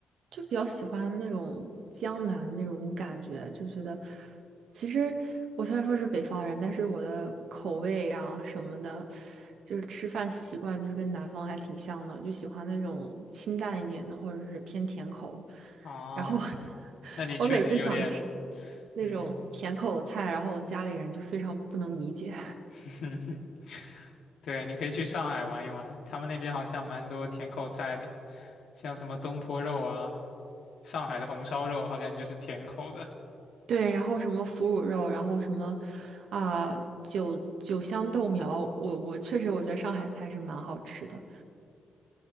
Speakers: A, on the right; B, on the left.
A: 就比较喜欢那种江南那种感觉，就觉得，其实我虽然说是北方人，但是我的口味啊什么的，就是吃饭习惯就是跟南方还挺像的，就喜欢那种清淡一点的，或者是偏甜口。
B: <laughs> 啊，
A: 然后 <laughs>
B: 那里确实有点，
A: 我每次想吃那种甜口的菜，
B: 嗯，
A: 然后我家里人就非常不能理解。
B: <laughs> 对，你可以去上海玩一玩，他们那边好像蛮多甜口菜的，像什么东坡肉啊，上海的红烧肉好像就是甜口的。
A: 对，然后什么腐乳肉，然后什么啊、酒酒香豆苗，我我确实我觉得上海菜是蛮好吃的，